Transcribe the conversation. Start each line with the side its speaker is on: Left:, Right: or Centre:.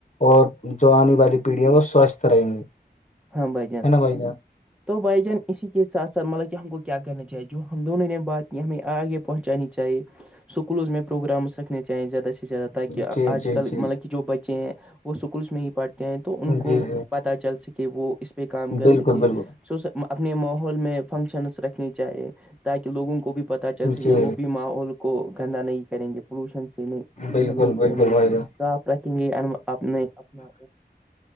Left: اور جو آنے والی پیڑھی ہے وہ سوستھ رہیں گی
Centre: ہاں بائی جان
Left: ہے نا بھائی جان
Centre: تو بائی جان اسی کے ساتھ ساتھ مطلب کہ ہم کو کیا کرنا چاہیے جو ہم دونوں نے بات کی ہمیں آگے پہنچانی چاہیے سکولز میں پروگرام سکھنے چاہیں زیادہچ سے زیادہ تاکہ
Left: جی
Centre: آج
Left: جی
Centre: کل
Left: جی
Centre: مطلب کہ جو بچے ہیں وہ اسکولس میں ہی پڑھتے ہیں تو ان کو
Left: جی جی
Centre: پتہ چل سکے وہ اس پہ کام کر
Left: بالکل
Centre: سکے
Left: بالکل
Centre: اپنے ماحول میں فنکشنس رکھنی چاہیے تاکہ لوگوں کو بھی پ پ چل سکے
Left: جی
Centre: وہ بھی ماحول کو گندا نہیں کریں گے پولوشن سے نہیں پولوشن
Left: بالکل
Centre: نہیں کریں
Left: بالکل
Centre: گے
Left: بھائی جان
Centre: صاف رکھیں گے اپنے اپنا